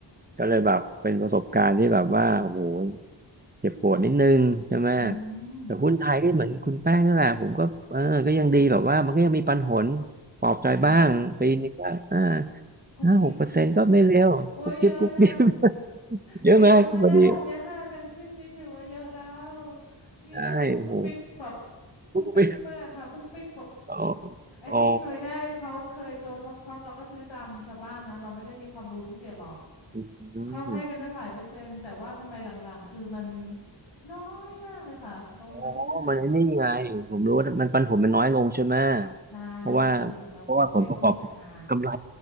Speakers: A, on the right (about 20°); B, on the left (about 80°).
A: ก็เลยแบบเป็นประสบการณ์ที่แบบว่าโอ้โห เจ็บปวดนิดนึงใช่ไหม
B: อืม
A: แต่หุ้นไทยก็เหมือนคุณแป้งนั่นแหละผมก็เออก็ยังดีแบบว่ามันก็ยังมีปันผลปลอบใจบ้างปีนึงก็อ่า
B: ค่ะกุบกิบ
A: ห้าหกเปอร์เซ็นต์ก็ไม่เร็วกุ๊บกิ๊บกุ๊บกิ๊บ
B: โอ้ยเยอะนะ
A: เยอะไหมคุณพอดี
B: เห็นคนก็ได้หกได้ห้ากันขึ้นนี่ถือว่าเยอะแล้วนี่ได้กระปุกกระปิกแบบ
A: ใช่โอ้โห
B: ปุกปิกมากค่ะปุกปิกแบบ
A: กุ๊บกิ๊บอ๋อ
B: ไอ้ที่เคยได้เขาเคยตัวท็อปท็อปเราก็ซื้อตามชาวบ้านนะเราไม่ได้มีความรู้พิเศษหรอก
A: อ๋ออื
B: เขาให้กันตั้งหลายเปอร์เซ็นต์แต่ว่าทำไมหลังๆคือมัน
A: ม
B: น้อยมากเลยค่ะลงมาเรื่อย
A: อ๋อมันไอ้นี่ไงผมรู้ว่ามันปันผลมันน้อยลงใช่ไหม
B: ๆใช่
A: เพราะว่า
B: คือเหมือนกับเขาเองก็มีปัญหา
A: เพราะว่าผลประกอบกำไร